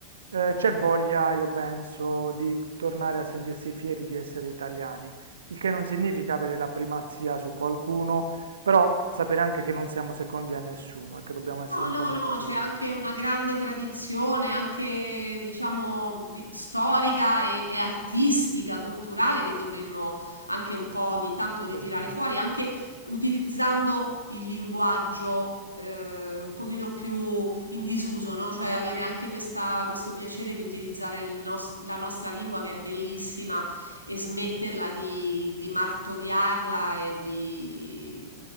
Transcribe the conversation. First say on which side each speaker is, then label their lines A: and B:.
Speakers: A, on the right (about 65°); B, on the right (about 85°).
A: eh, c'è voglia, io penso, di tornare a sentirsi fieri di essere italiani, il che non significa avere la primazia su qualcuno, però sapere anche che non siamo secondi a nessuno e che dobbiamo essere
B: No,
A: un
B: no,
A: po' meno
B: no,
A: severi.
B: c'è anche una grande tradizione, anche diciamo di- storica e, e artistica, culturale, che dovremmo anche un po' ogni tanto
A: Sì,
B: ritirare fuori, anche utilizzando il linguaggio eh, un pochino più in disuso, no? Cioè avere anche questa- questo piacere di utilizzare il nos- la nostra lingua che è bellissima e smetterla di, di martoriarla e di